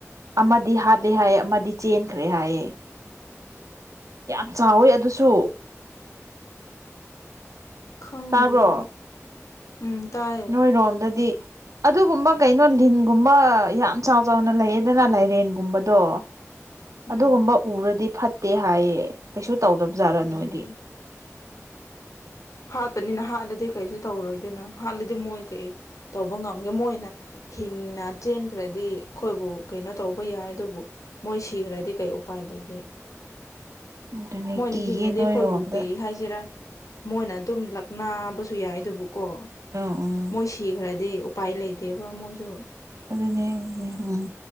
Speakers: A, on the right; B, on the left.
A: ꯑꯃꯗꯤ ꯍꯥꯠꯂꯦ ꯍꯥꯏꯌꯦ ꯑꯃꯗꯤ ꯆꯦꯟꯈ꯭ꯔꯦ ꯍꯥꯏꯑꯦ ꯌꯥꯝ ꯆꯥꯎꯋꯦ ꯑꯗꯨꯁꯨ
B: ꯈꯪꯗꯦ
A: ꯇꯥꯕ꯭ꯔꯣ
B: ꯑꯩꯗꯤ ꯎꯝ ꯇꯥꯏ
A: ꯅꯣꯏꯔꯣꯝꯗꯗꯤ ꯑꯗꯨꯒꯨꯝꯕ ꯀꯩꯅꯣ ꯂꯤꯟꯒꯨꯝꯕ ꯌꯥꯝ ꯆꯥꯎ ꯆꯥꯎꯅ ꯂꯩꯌꯦꯗꯅ ꯂꯥꯏꯔꯦꯟꯒꯨꯝꯕꯗꯣ
B: ꯎꯝ
A: ꯑꯗꯨꯒꯨꯝꯕ ꯎꯔꯗꯤ ꯐꯠꯇꯦ ꯍꯥꯏꯌꯦ ꯀꯩꯁꯨ ꯇꯧꯗꯕꯖꯥꯠꯔꯥ
B: ꯎꯝ
A: ꯅꯣꯏꯗꯤ꯫
B: ꯍꯥꯠꯄꯅꯤꯅ ꯍꯥꯠꯂꯗꯤ ꯀꯩꯁꯨ ꯇꯧꯔꯣꯏꯗꯣꯏꯅꯣ ꯍꯥꯠꯂꯗꯤ ꯃꯣꯏ ꯀꯩ ꯇꯧꯕ ꯉꯝꯒꯦ ꯃꯣꯏꯅ꯫ ꯍꯤꯡꯅ ꯆꯦꯟꯈ꯭ꯔꯗꯤ ꯑꯩꯈꯣꯏꯕꯨ ꯀꯩꯅꯣ ꯇꯧꯕ ꯌꯥꯏ ꯑꯗꯨꯕꯨ꯫ ꯃꯣꯏ ꯁꯤꯈ꯭ꯔꯗꯤ ꯀꯩ ꯎꯄꯥꯏ ꯂꯩꯒꯦ꯫
A: ꯑꯗꯨꯅꯦ
B: ꯃꯣꯏꯅ
A: ꯀꯤꯌꯦ
B: ꯍꯤꯡꯉꯗꯤ
A: ꯅꯣꯏꯔꯣꯝꯗ
B: ꯑꯩꯈꯣꯏꯕꯨ ꯀꯩ ꯍꯥꯏꯁꯤꯔꯥ꯫ ꯃꯣꯏꯅ ꯑꯗꯨꯝ ꯂꯛꯅꯕꯁꯨ ꯌꯥꯏ ꯑꯗꯨꯕꯨꯀꯣ
A: ꯎꯝ ꯎꯝ
B: ꯃꯣꯏ ꯁꯤꯈ꯭ꯔꯗꯤ꯫ ꯎꯄꯥꯏ ꯂꯩꯇꯦꯕ ꯃꯣꯏꯁꯨ꯫
A: ꯑꯗꯨꯅꯦ ꯑꯗꯨꯅꯦ ꯎꯝ꯫